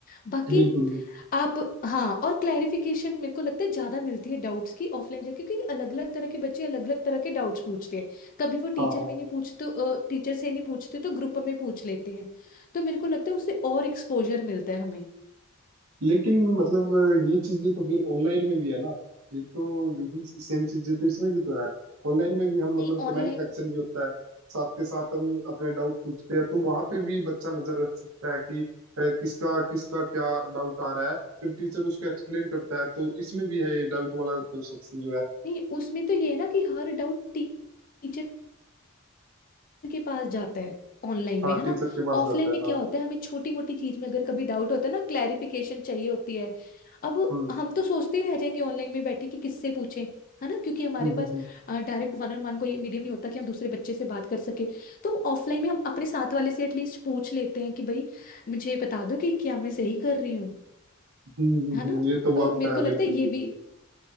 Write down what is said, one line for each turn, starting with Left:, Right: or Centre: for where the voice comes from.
Left: बाकी
Right: बिल्कुल भी
Left: आप हाँ और क्लैरिफिकेशन मेरे को लगता है ज्यादा मिलती है डाउट्स की ऑफलाइन जाके क्योंकि अलग अलग तरह के बच्चे अलग अलग तरह के डाउट्स पूछते हैं कभी वो
Right: हाँ
Left: टीचर
Right: हाँ
Left: में नहीं पूछते टीचर से नहीं पूछते तो ग्रुप में पूछ लेते हैं तो मेरे को लगता है उससे और एक्सपोजर मिलता है हमें
Right: लेकिन मतलब अ, ये चीजें तो फिर ऑनलाइन में भी है ना ये तो यही सेम चीजें तो इसमें भी तो है ऑनलाइन में भी हम
Left: नहीं
Right: मतलब
Left: ऑनलाइन
Right: कमेंट सेक्शन भी होता है साथ के साथ हम अपने डाउट पूछते हैं तो वहां पे भी बच्चा नजर रख सकता है कि अ, किसका किसका क्या डाउट आ रहा है फिर टीचर उसको एक्सप्लेन करता है तो इसमें भी है ये डाउट वाला तो सेक्शन जो है
Left: नहीं उसमें तो ये है ना कि हर डाउट टीचर के पास जाता है ऑनलाइन
Right: हाँ
Left: में है
Right: टीचर
Left: ना
Right: के पास
Left: ऑफलाइन
Right: जाता है
Left: में
Right: हाँ
Left: क्या होता है हमें छोटी मोटी चीज में अगर कभी डाउट होता है ना क्लैरिफिकेशन चाहिए होती है अब
Right: हम्म
Left: हम तो सोचते ही रह जाएंगे ऑनलाइन में बैठे कि किससे पूछें है ना क्योंकि हमारे
Right: हम्म हम्म
Left: पास
Right: हम्म।
Left: डायरेक्ट वन ऑन वन कोई मीडियम नहीं होता कि हम दूसरे बच्चे से बात कर सके तो ऑफलाइन में हम अपने साथ वाले से एटलीस्ट पूछ लेते हैं कि भाई मुझे बता दो कि क्या मैं सही कर रही हूँ
Right: हम्म हम्म,
Left: है ना
Right: हम्म, ये तो
Left: तो
Right: बात
Left: मेरे
Right: है
Left: को लगता
Right: बिल्कुल
Left: है ये
Right: बिल्कुल
Left: भी